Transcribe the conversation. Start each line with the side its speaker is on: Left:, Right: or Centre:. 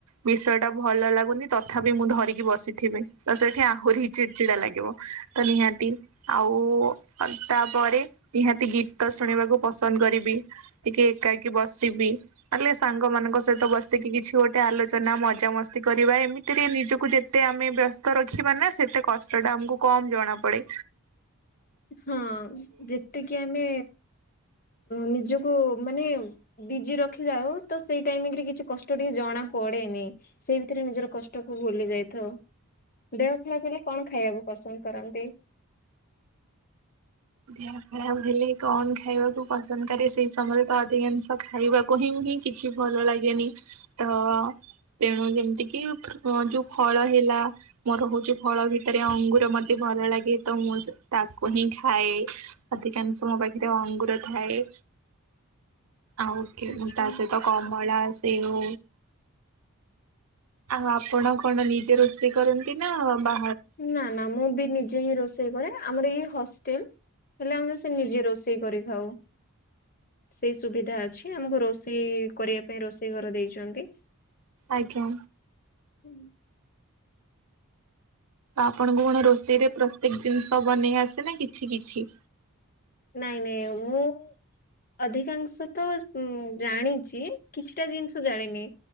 Right: ବିଷୟ ଟା ଭଲ ଲାଗୁନି ତଥାପି ମୁଁ ଧରିକି ବସିଥିବି ତ ସେଠି ଆହୁରି ହି ଚିଡଚିଡା ଲାଗିବ ତ ନିହାତି ଆଉ ତାପରେ ନିହାତି ଗୀତ ଶୁଣିବାକୁ ପସନ୍ଦ କରିବି ଟିକେ ଏକାକି ବସିବି ମାନେ ସାଙ୍ଗ ମାନଙ୍କ ଙ୍କ ସହିତ ବସିକି କିଛି ଗୋଟେ ଆଲୋଚନା ମଜାମସ୍ତି କରିବା ଏମିତିରେ ନିଜକୁ ଯେତେ ଆମେ ବ୍ୟସ୍ତ ରଖ୍ ବା ନା ସେତେ କଷ୍ଟଟା ଆମକୁ କମ୍ ଜଣା ପଡେ।
Left: ହଁ ଯେତିକି ଆମେ। ନିଜକୁ ମାନେ ବିଜି ରଖିଯାଉ ତ ସେଇ ଟାଇମିଙ୍ଗ ରେ କିଛି କଷ୍ଟ ଟିକେ ଜଣା ପ ପଡେନି ସେଇ ଭିତରେ ନିଜର କଷ୍ଟ କ ଭୁଲି ଯାଇଥାଉ। ଦେହ ଖରା ଥିଲେ କଣ ଖାଇବାକୁ ପସନ୍ଦ କରନ୍ତି?
Right: ଦେହ ଖରାପ ହେଲେ କଣ ଖାଇବାକୁ ପସନ୍ଦ କରେ ସେଇ ସମୟରେ ତ ଅଧିକାଂଶ ଖାଇବାକୁ ହିଁ କିଛି ଭଲ ଲାଗେନି ତ ଅ ତେଣୁ ଯେମିତି କିି ଯୋଉ ଫଳ ହେଲା ମୋର ରହୁଛି ଫଳ ଭିତରେ ଅଙ୍ଗୁର ମତେ ଭଲ ଲାଗେ ତ ମୁଁ ତାକୁ ହିଁ ଖା ଥାଏ ଅଧିକାଂଶ ମୋ ପାଖରେ ଅଙ୍ଗୁର ଥାଏ। ଆଉ କେ
Left: ଆଚ୍ଛା।
Right: ମୁଁ ତା ସହ କମଳା ସେଉ। ଆଉ ଆପଣ କଣ ନିଜେ ରୋଷେଇ କରନ୍ତି ନା ବା
Left: ନା ନା ମୁଁ ବି ନିଜେ ହିଁ ରୋଷେଇ କରେ ଆମର ଇଏ ହଷ୍ଟେଲ ହେଲେ ଆମେ ସେ ନିଜେ ରୋଷେଇ କରି ଖାଉ। ସେଇ ସୁବିଧା ଅଛି ଆମକୁ ରୋଷେଇ କରିବା ପାଇଁ ରୋଷେଇ ଘର ଦେଇଛନ୍ତି।
Right: ଆଜ୍ଞା।
Left: ହୁଁ।
Right: ତ ଆପଣଙ୍କୁ କଣ ରୋଷେଇରେ ପ୍ରତ୍ୟେକ୍ ଜିନିଷ ବନେଇ ଆସେ ନା କିଛି କିଛି।
Left: ନାଇଁ ନାଇଁ ମୁଁ ଅଧିକାଂଶ ତ ଉଁ ଜାଣିଛି କିଛିଟା ଜିନିଷ ଜାଣିନି